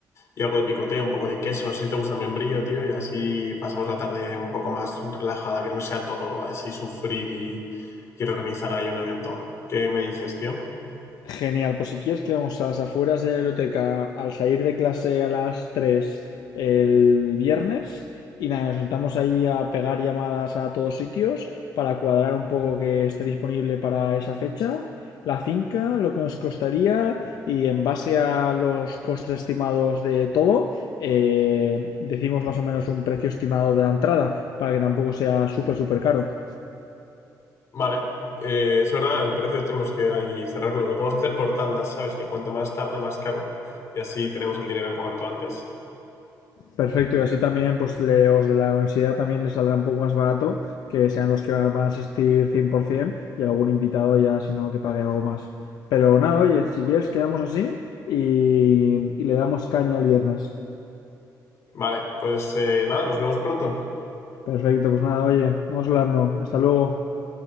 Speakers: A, on the left; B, on the left.
A: Y algo de picoteo, un poco de queso. No sé si te gusta el membrillo, tío. Y así pasamos la tarde un poco más relajada, que no sea todo así sufrir y, y organizar ahí un evento. ¿Qué me dices, tío?
B: Genial, pues si quieres quedamos a las afueras de la biblioteca al salir de clase a las 3 el viernes y nada, nos sentamos ahí a pegar llamadas a todos sitios para cuadrar un poco que esté disponible para esa fecha, la finca, lo que nos costaría y en base a los costes estimados de todo, eh, decimos más o menos un precio estimado de la entrada para que tampoco sea súper, súper caro.
A: Vale. Eh, es verdad, el precio tenemos que ahí cerrarlo. Lo podemos hacer por tandas, ¿sabes? Que cuanto más tarde, más caro. Y así tenemos el dinero cuanto antes.
B: Perfecto, y así también, pues le- los de la universidad también les saldrá un poco más barato que sean los que van a asistir 100% y algún invitado ya, si no, que pague algo más. Pero nada, oye, si quieres, quedamos así y, y le damos caña el viernes.
A: Vale, pues eh, nada, nos vemos pronto.
B: Perfecto, pues nada, oye, vamos hablando. Hasta luego.